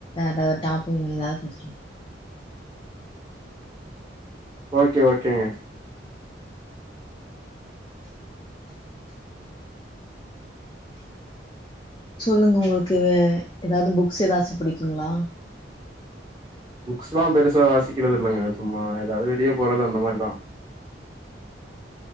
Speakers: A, on the left (about 25°); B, on the right (about 20°).
A: வேற டாப்பிக் ஏதாது பேசலா
B: ஓகே ஓகேங்க
A: சொல்லுங்க உங்களுக்கு ஏதாது புக்ஸ் ஏதாச்சு பிடிக்குங்களா
B: புக்ஸ்லா பெருசா வாசிக்கிறது இல்லங்க சும்மா ஏதாது வெளிய போறது அந்த மாரிதா